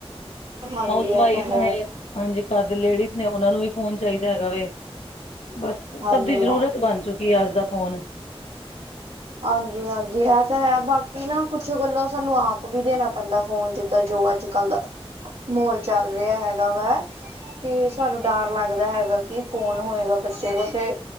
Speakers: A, on the right; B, on the left.
A: ਹਾਂਜੀ
B: ਹਾਊਸ
A: ਇਹ
B: ਵਾਈਫ
A: ਤਾਂ ਹੈ
B: ਨੇ ਹਾਂਜੀ ਘਰ ਦੇ ਲੇਡੀਜ਼ ਨੇ ਉਹਨਾਂ ਨੂੰ ਵੀ ਫੋਨ ਚਾਹੀਦਾ ਹੈਗਾ ਵੇ, ਬਸ।
A: ਹਾਂਜੀ
B: ਸਭ ਦੀ ਜ਼ਰੂਰਤ ਬਣ ਚੁੱਕੀ ਹੈ ਅੱਜ ਦਾ ਫੋਨ।
A: ਹਾਂਜੀ- ਹਾਂਜੀ ਇਹ ਤਾਂ ਹੈ ਬਾਕੀ ਨਾ ਕੁੱਛ ਗੱਲੋਂ ਸਾਨੂੰ ਆਪ ਵੀ ਦੇਣਾ ਪੈਂਦਾ ਫੋਨ ਚ ਜਿੱਦਾਂ ਜੋ ਅੱਜ ਕੱਲ ਦਾ, ਮਾਹੋਲ ਚੱਲ ਰਿਹਾ ਹੈਗਾ ਵਾ। ਫੇਰ ਸਾਨੂੰ ਡਰ ਲੱਗਦਾ ਹੈਗਾ ਕਿ ਫੋਨ ਹੋਏਗਾ ਬੱਚੇ ਦੇ ਤੇ